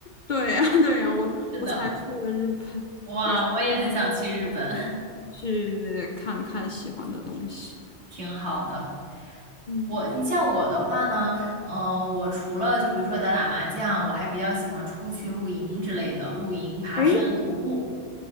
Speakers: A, on the left; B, on the right.
A: 对呀，<laughs> 对呀，我我才去了日本，
B: 是的，哇，
A: 也是
B: 我也很想去日本，
A: 去看看喜欢的东西。
B: <laughs> 挺好的。
A: 嗯，
B: 我，你像我的话呢，嗯、我除了就比如说打打麻将，我还比较喜欢出去露营之类的，露营、爬山、
A: 诶，
B: 徒步。